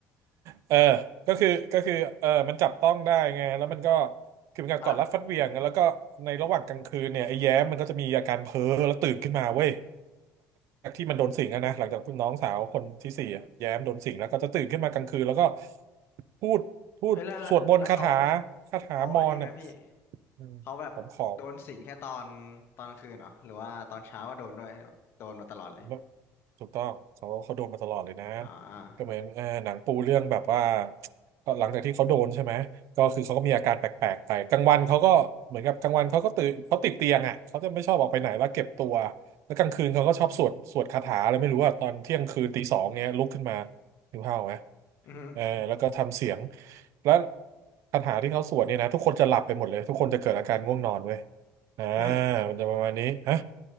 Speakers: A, on the right; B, on the left.
A: เออก็คือก็คือเออมันจับต้องได้ไงแล้วมันก็คือเป็นการกอดรัดฟัดเหวี่ยงแล้วก็ในระหว่างกลางคืนเนี่ยไอ้แย้มมันก็จะมีอาการเพ้อแล้วตื่นขึ้นมาเว้ย
B: เอาแล้ว
A: จากที่มันโดนสิงอะนะหลังจากน้องสาวคนที่สี่อะแย้มโดนสิงแล้วก็จะตื่นขึ้นมากลางคืน แล้วก็พูดพูดสวดมนต์คาถา
B: เอ้ยแล้วแล้วแล้วเขา
A: คาถามอนเนี่ย
B: เอาไอ้นี่ไหมพี่
A: อืมขอมขอม
B: เขาแบบโดนสิงแค่ตอนตอนกลางคืนเหรอหรือว่าตอนเช้าก็โดนด้วยโดนมาตลอดเลย
A: แล้วถูกต้องเขาเขาโดนมาตลอดเลยนะ
B: อ่า
A: ก็เหมือนเออหนังปูเรื่องแบบว่าก็หลังจากที่เขาโดนใช่ไหมก็คือเขาก็มีอาการแปลกๆไปกลางวันเขาก็เหมือนกับกลางวันเขาก็ตื่นเขาติดเตียงอ่ะเขาจะไม่ชอบออกไปไหนแล้วเก็บตัวแล้วกลางคืนเขาก็ชอบสวดสวดคาถาอะไรไม่รู้อ่ะตอนเที่ยงคืนตีสองเงี้ยลุกขึ้นมาหิวข้าวไหม
B: อือฮึ
A: เออแล้วก็ทำเสียงแล้วคาถาที่เขาสวดเนี่ยนะทุกคนจะหลับไปหมดเลยทุกคนจะเกิดอาการง่วงนอนเว้ยอ่า
B: เฮ้ย
A: มันจะประมาณนี้ฮะ